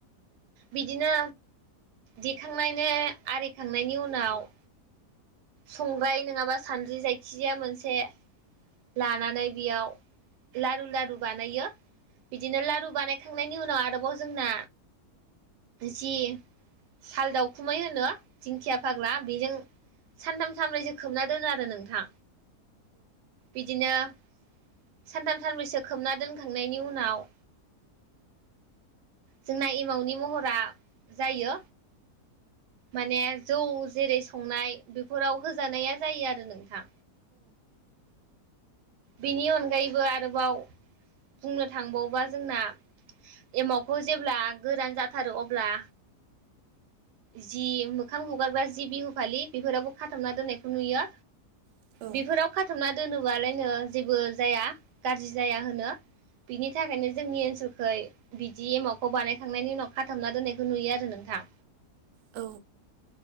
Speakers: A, on the right; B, on the right.
A: बिदिनो दिखांनायनि आरिखांनायनि उनाव- संग्राय नङाबा सानद्रि जायखिजाया मोनसे लानानै बेयाव लारु लारु बानायो बिदिनो लारु बानायखांनायनि उनाव आरोबाव जोंना जि साल दावखुमै होनो! दिंखिया फाग्ला बेजों सानथाम सानब्रैसो खोबना दोनो आरो नोंथां बिदिनो- सानथाम सानब्रैसो खोबना दोनखांनायनि उनाव जोंना एमावनि महरा जायो माने जौ जेरै संनाय बेफोराव होजानाया जायो आरो नोंथां बेनि अनगायैबो आरोबाव बुंनो थांबावबा जोंना एमावखौ जेब्ला गोरान जाथारो अब्ला जि मोखां हुगारग्रा जि बिहु फालि बेफोरावबो खाथबना दोननायखौ नुयो।
B: बे आयदाखौ
A: बेफोराव खाथबना दोनोबालायनो जेबो जाया गाज्रि जाया होनो बिनि थाखायनो जोंनि ओनसोलखै बिदि एमावखौ बानायखांनायनि उनाव खाथबना दोननायखौ नुयो आरो नोंथां
B: औ